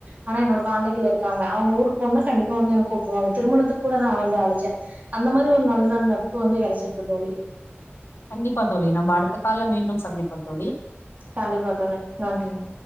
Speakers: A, on the right (about 40°); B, on the left (about 70°).
A: ஆனா என்னோட காண்டக்ட்ல இருக்கு இருக்காங்க அவங்க ஊருக்கு போனா கண்டிப்பா வந்து எனக்கு கூப்பிடுவாங்க திருமணத்துக்கு கூட நான் வந்து அழச்சேன் அந்த மாதிரி ஒரு நல்ல நாள் நட்பு வந்து கிடைச்சிருக்கு தோழி
B: கண்டிப்பா தோழி நம்ம அடுத்த கால்ல மீண்டும் சந்திப்போம் தோழி
A: கண்டிப்பா தோழி நன்றிங்